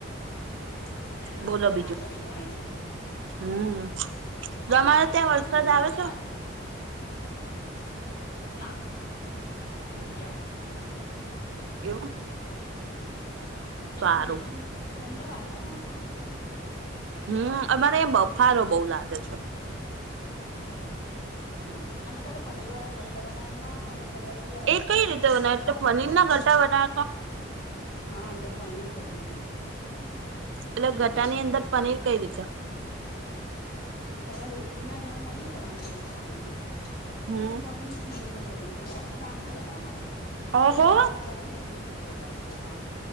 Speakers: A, on the left (about 50°); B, on the right (about 70°).
A: હા એના
B: બોલો
A: અંદર
B: બીજું
A: લાલચ હોય ને.
B: હમ્મ તમારે
A: અને તસ
B: ત્યાં
A: જઈ તો
B: વરસાદ
A: પ ખિચડી
B: આવે છે?
A: કાઢ તો. ના નથી આવતું
B: એવું
A: હ એટલે
B: સારું
A: બે આમ ઠંડુ વાતાવરણ ઠંડુ થયું છે.
B: હમ અમારે એ બફારો બઉુ લાગે છે.
A: હમ અમે કાલે પનીર વાળા ઘટા બના્યા છ હવે કદાચ પજે
B: એ કઈ રીતે બનાવે
A: એક
B: એટલે
A: શાક
B: પનીર
A: બને
B: ના
A: છે.
B: ગટા બનાવ્યા તા
A: હા અંદર પનીર ભર્યું હતું
B: એટલે
A: હમ
B: ગટા ની અંદર પનીર કઈ રીતે
A: પેલા રોટલી ના જેમ વણી લેવાનો લોટ બાંધી
B: હમ્મ
A: પછી પનીર ખીને ભરી ને પછી બાફી લેવાના
B: ઓહો
A: પી ગટા વગારીએ ને એવી રીતે જ વગારવાનું હા